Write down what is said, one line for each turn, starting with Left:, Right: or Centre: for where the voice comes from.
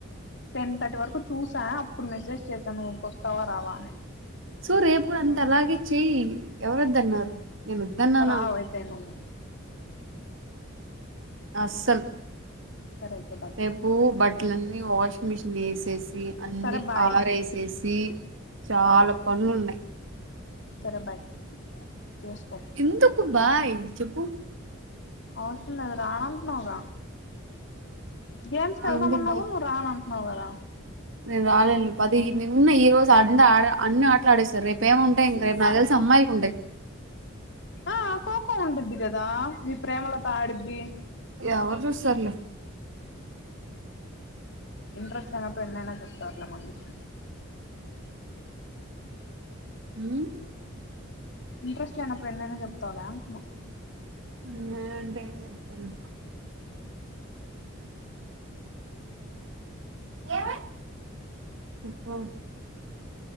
Left: టెన్ థర్టీ వరకు చూసా అప్పుడు మెసేజ్ చేసాను నువ్వుక వస్తావా రావా అని
Right: సో రేపు కూడా అంత
Left: రావు
Right: అలాగే చెయ ఎవరుద్ద అన్నారు నేను ఇద్దన్నానా
Left: రావు అయితే నువ్వు
Right: అసలు
Left: సరే అయితే బాయ్
Right: రేపు బట్టలన్న వాషింగ్ మిషిన్ వేసేస్ అన్ని
Left: సరే బాయ్
Right: ఆరేసేసి చాలా పనులున్నాయి
Left: సరే బాయ్ చేసుకో
Right: ఎందుకు బాయ్ ఇది చెప్పు
Left: అవసరంలే కద్ రానంట్నవుగా గేమ్స్కి వెళ్దాం
Right: ఎందుకు
Left: అన్నావు
Right: బాయ్
Left: నువ్వు రాను అన్ నావ్ గదా
Right: నేను రాలేనులే, పది ఈ నిన్న ఈ రోజు అంద్ ఆడ అన్నీ ఆటలు ఆడేస్సారు రేపు ఏముంటాయి, ఇంక రేపు నాకు తెలిసి అమ్మాయిలుకు ఉంటయ్
Left: ఆ కోకో ఉండుద్ది కదా మీ ప్రేమలత ఆడిద్ది
Right: ఎవరు చూస్తారులే
Left: ఇంట్రెస్ట్ అనగ అప్పుడైనైనా చెప్తారులే మంగిస్
Right: హ్మ్
Left: ఇంట్రెస్ట్ ఇట్లే అయినప్పుడు ఎన్నైనా చెప్తావులా అంటున్న
Right: ఉండనంటనే చెప్తున్న ఏమే చెప్పు